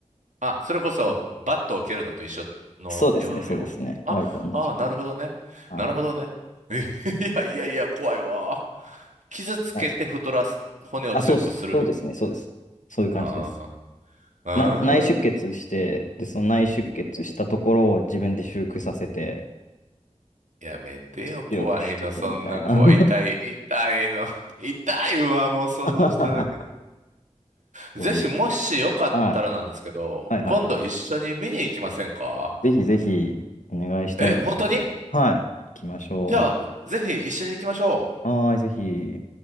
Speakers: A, on the right; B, on the left.
A: あ、それこそバットを蹴るのと一緒の要領。
B: い。そうですね、そうですね。
A: あ、
B: 割と同じ感じで。
A: ああ、なるほどね。
B: は
A: なるほどね。<laughs> いやいやいや、怖いわー。傷つけて太らす、
B: い。はい。
A: 骨を強くするみた
B: あ、そう、そうですね、そうです。そういう感じです。
A: いな。あーあ
B: な、内出血して、で、その内出血したところを自分で修復させて、
A: ー、やめてよ、怖いの。
B: 強くしていくみたいな。
A: そんな怖い。痛い、痛いの。痛いわ、もう想像しただけ。
B: <laughs>
A: ぜひ、
B: そういう。
A: もしよかったらなんですけど、
B: <laughs> はい。はいはいはい。
A: 今度一緒に見に行きませんか
B: ぜひぜひお願いしたいです。
A: え、本当に
B: はい。行きましょ
A: じゃあ、ぜひ一緒に行きましょう。
B: う。はーい、ぜひ。